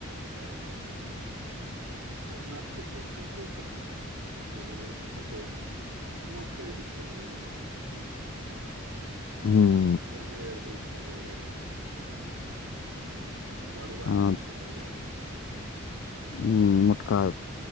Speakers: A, on the right; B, on the left.
A: सएह भऽ गेल छैय आब पुरना खेतीसँ होते कहाँ छैय पहिले जेना कतेक मक्कई होइ छलैया।
B: हँ
A: जनेर होइ छलैया। मड़ुआ
B: अ
A: होइ छलैय।
B: हु ‌मोटका‌